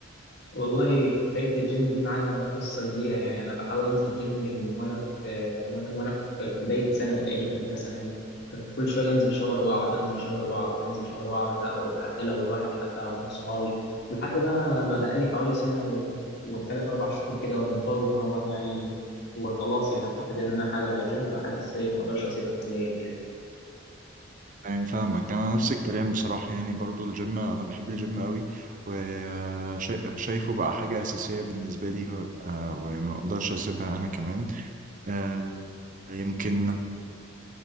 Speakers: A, on the left; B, on the right.
A: والله حكاية الجيم دي معايا قصة كبيرة يعني أنا بحاول أنزل جيم من وأنا في وأنا وأنا في بداية ثانوي تقريبا أولى ثانوي كنت كل شوية أنزل شهر وأقعد أنزل شهر وأقعد أنزل شهر وأقعد لا وحتى لو لوحدي حتى لو مع صحابي لحد ما ما بقالي حوالي سنة و... وثلاث أربع شهور كده منتظم أهوت يعني وخلاص يعني أعتقد إن أنا حاجة الجيم بقى حاجة أساسية ما أقدرش أسيبها حاليا
B: يعني فاهمك انا نفس الكلام بصراحه يعني برضو الجيم انا بحب الجيم قوي وشايفه بقى حاجه اساسيه بالنسبه لي آه، وما اقدرش اسيبها انا كمان آه، يمكن